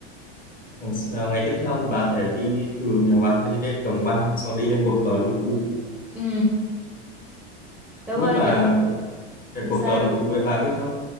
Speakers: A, on the left; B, in the centre.
A: Ừ, à, ngày tiếp theo thì bà có thể đi từ Mèo Vạc đi lên Đồng Văn sau đi lên cột cờ Lũng Cú
B: Ừ. Em
A: không
B: ơi
A: biết bà
B: nữa
A: có cái cột
B: sao?
A: cờ Lũng Cú đấy bà biết không